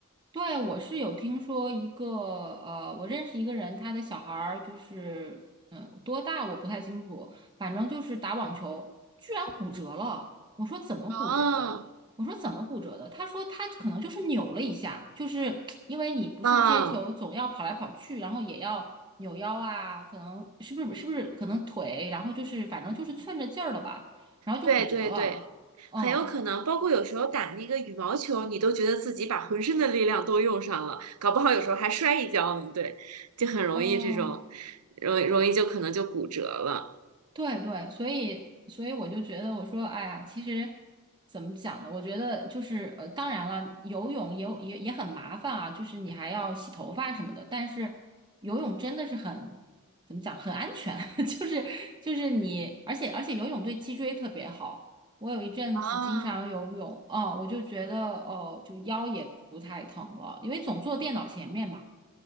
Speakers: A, on the right; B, on the right.
A: 对，我是有听说一个，呃，我认识一个人，他的小孩儿就是，嗯，多大我不太清楚，反正就是打网球，居然骨折了。我说怎么骨折的？
B: 哦，
A: 我说怎么骨折的？他说他可能就是扭了一下，就是因为你不是接球总要跑来跑去，
B: 嗯。
A: 然后也要扭腰啊，可能是不是是不是可能腿，然后就是反正就是寸着劲儿了吧，然后就骨折了。
B: 对对对，
A: 嗯，
B: 很有可能，包括有时候打那个羽毛球，你都觉得自己把浑身的力量都用上了，搞不好有时候还摔一跤呢。对，就很容易这种，
A: 哦。
B: 容易容易就可能就骨折了。
A: 对对，所以所以我就觉得，我说，哎呀，其实怎么讲呢？我觉得就是呃，当然了，游泳也有也也很麻烦啊，就是你还要洗头发什么的。但是游泳真的是很怎么讲，很安全，<laughs> 就是就是你，而且而且游泳对脊椎特别好。我有一阵子经常游泳，
B: 啊，
A: 哦，我就觉得哦，就腰也不太疼了，因为总坐电脑前面嘛。